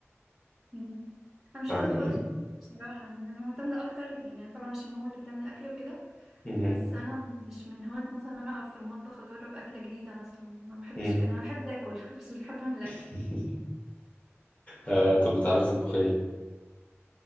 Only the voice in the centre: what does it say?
مم. انا مش
كده خالص بصراحة يعني انا معتمدة اكتر يعني طبعا عشان ماما اللي بتعمل الاكل وكده
بس انا مش من هواة مثلا إن انا اقف في المطبخ اجرب اكلة جديدة مثلا ما بحبش
كده انا بحب اكل <laughs> بس مش بحب اعمل اكل